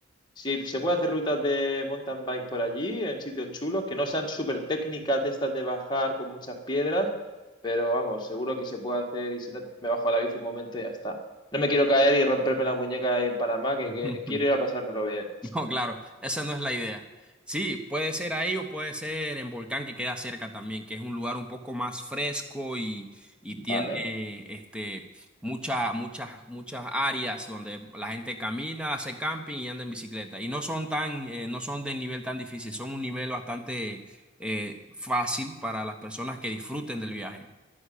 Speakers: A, on the left; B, in the centre.
A: si se puede hacer rutas de mountain bike por allí, en sitios chulos, que no sean súper técnicas de estas de bajar con muchas piedras, pero vamos, seguro que se puede hacer y si no, me bajo a la bici un momento y ya está. No me quiero caer y romperme la muñeca en Panamá, que,
B: <laughs>
A: que quiero ir a pasármelo bien.
B: No, claro, esa no es la idea. Sí, puede ser ahí o puede ser en Volcán que queda cerca también, que es un lugar un poco más fresco y, y
A: Vale.
B: tiene eh, este, muchas, muchas, muchas áreas donde la gente camina, hace camping y anda en bicicleta. Y no son tan, eh, no son de nivel tan difícil, son un nivel bastante eh, fácil para las personas que disfruten del viaje.